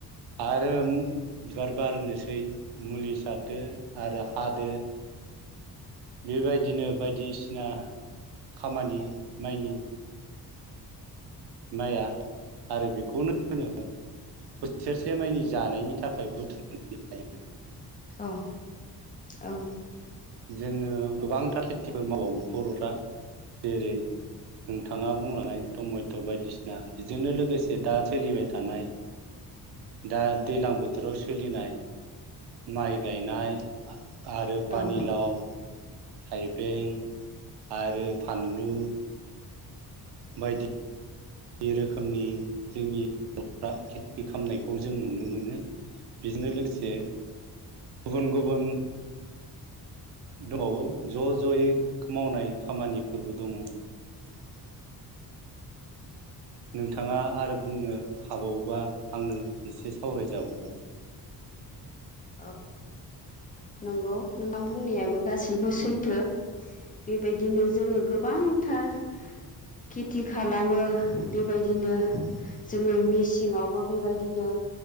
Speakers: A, on the right; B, on the left.
A: आरो बिबार बारनोसै मुलि सारदो आरो हादो। बेबायदिनो बायदिसिना खामानि माइनि माइया आरो बेखौनो जोङो बोसोरसे माइनि जानायनि थाखाय बुथुमनो हायो।
B: औ औ। <inaudible>
A: जोङो गोबांथार खेथिफोर मावबावो बर'फ्रा। जेरै नोंथाङा बुंलांनाय टमेट बायदिसिना बेजोंनो लोगोसे दा सोलिबाय थानाय दा दैलां बोथोराव सोलिनाय माइ गायनाय <inaudible> आरो
B: औ।
A: <inaudible> थाइबें आरो फानलु बायदि रोखोमनि जोंनि <unintelligible> खेथि खामनायखौ जों नुनो मोनो। बेजोंनो लोगोसे गुबुन गुबुन दंबावो ज' ज'यै मावनाय खामानिफोरबो दङ'।
B: <unintelligible>
A: नोंथाङा आरो बुंनो हाबावोबा आंनो <unintelligible> सावरायजाबावगोन।
B: औ नंगौ नोंथां बुंनायाबो गासैबो सैथो बेबायदिनो जोङो गोबांथार खिथि खालामो बेबायदिनो जोङो मेसिङावबो बेबायदिनो